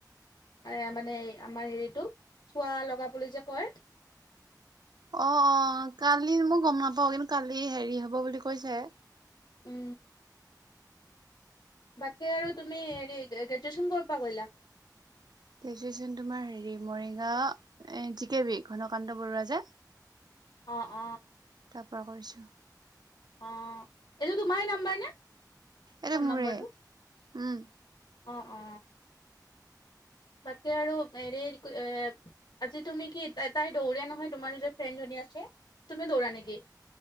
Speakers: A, on the left; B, on the right.
A: এ মানে আমাৰ হেৰিটো চোৱা লগা বুলি যে কয়?
B: অ অ কালি মই গম নাপাও কিন্তু কালি হেৰি হ'ব বুলি কৈছে
A: উম বাকী আৰু তুমি হেৰি গ্ৰেজুৱেচন কৰা পৰা কৰিলা?
B: গ্ৰেজুৱেশ্যন তোমাৰ হেৰি Morigaon G K B Ghanakanta Barua যে-
A: অ অ
B: কৰিছ
A: অ এইটো তোমাৰ নাম্বাৰ নে
B: এইটো
A: ফোন
B: মোৰে।
A: নম্বৰটো
B: উম
A: উ অ বাকী আৰু হেৰি এ আজি তুমি কি তাই দৌৰা নহয় তোমাৰ নিৰ ফ্ৰেণ্ড আ তুমি দৌৰা নেকি?